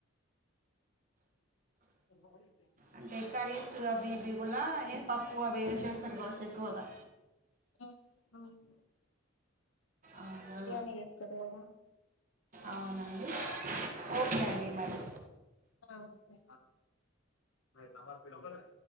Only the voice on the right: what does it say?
అంటే కర్రీస్ అవి ఇవి కూడా ఏ పప్పు అవి ఇవి చేస్తారు కావచ్చు ఎక్కువగా.
అవునా
అవునండి ఓకే అండి మరి.